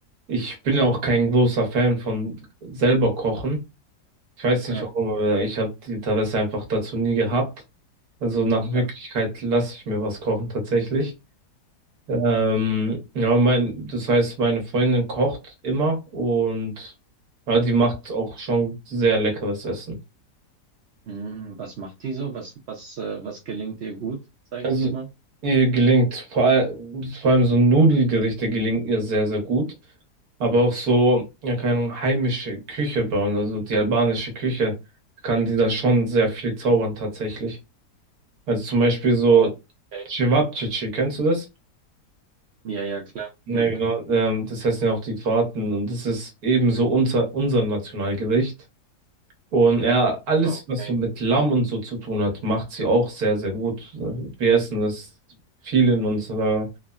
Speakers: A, on the right (about 65°); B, on the right (about 80°).
A: ich bin ja
B: Mhm.
A: auch kein großer Fan von selber kochen. Ich weiß nicht
B: Ja,
A: warum, aber ich habe die Interesse einfach dazu nie gehabt. Also nach Möglichkeit
B: klar.
A: lasse ich mir was kochen tatsächlich. Ähm, ja, mein, das heißt, meine Freundin kocht immer und ja, die macht auch schon sehr leckeres Essen.
B: Hm, was macht die so? Was, was, äh, was gelingt ihr gut, sage
A: Also
B: ich jetzt mal?
A: ihr gelingt vor allem, vor allem so Nudelgerichte gelingen ihr sehr, sehr gut. Aber auch so, ja, keine Ahnung, heimische Küche bauen, also die albanische Küche, kann die da schon sehr viel zaubern tatsächlich. Also zum Beispiel so
B: Okay.
A: Cevapcici, kennst du das?
B: Ja, ja, klar.
A: Ja,
B: Mhm.
A: genau. Ähm, das heißen ja auch die Kroaten und das ist ebenso unser, unser Nationalgericht. Und ja, alles,
B: Okay.
A: was so mit Lamm und so zu tun hat, macht sie auch sehr, sehr gut. Wir essen das viel in unserer